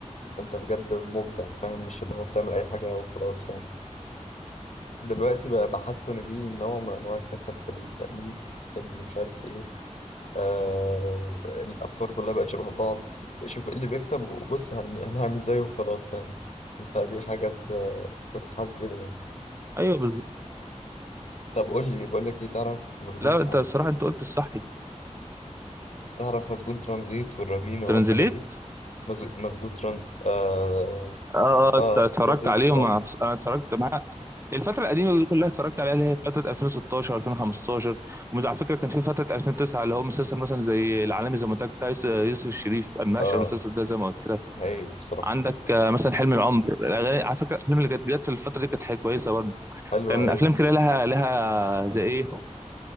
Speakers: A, on the left; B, on the right.
A: أنت بجد مبدع فاهم مش اللي هو بتعمل أي حاجة وخلاص فاهم دلوقتي بقى بحس إن في نوع من أنواع الكسل في التأليف في اللي مش عارف إيه آه الافكار كلها بقت شبه بعض بيشوف ايه اللي بيكسب وبص هن... هنعمل زيه وخلاص فاهم فدي حاجات آه، بتحزن يعني
B: ايوه بالظبط
A: طب قول لي بقول لك ايه تعرف مسجون
B: لا
A: ترا...
B: انت الصراحه انت قلت الصح
A: تعرف مسجون ترانزيت والرهينه
B: ترانزليت
A: والحاجات دي مز... مسجون ترانز اه
B: اه آه،
A: اه
B: انت اتفرجت
A: آه، ترانزيت
B: عليهم
A: اه
B: انا اتفرجت معاه الفترة القديمة دي كلها اتفرجت عليها اللي هي فترة 2016 2015 وعلى فكرة كان في فترة 2009 اللي هو مسلسل مثلا زي العالمي زي ما قلت لك بتاع يوسف يوسف الشريف انا بعشق
A: اه
B: المسلسل ده زي ما قلت لك
A: هايل بصراحه
B: عندك آه، مثلا حلم العمر الاغاني على فكرة الافلام اللي كانت جت في الفترة دي كانت حاجة كويسة برضه
A: حلوه
B: كان
A: ايه
B: افلام كده لها لها زي ايه